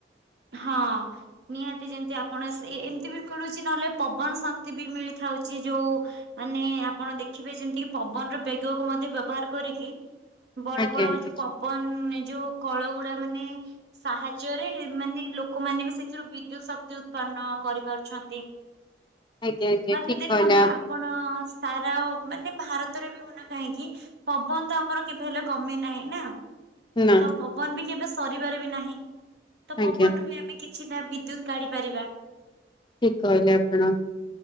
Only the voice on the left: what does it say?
ଆଜ୍ଞା
ଆଜ୍ଞା
ଆଜ୍ଞା ଆଜ୍ଞା
ଠିକ
କହିଲେ
ନା
ଆଜ୍ଞା
ଠିକ୍ କହିଲେ ଆପଣ।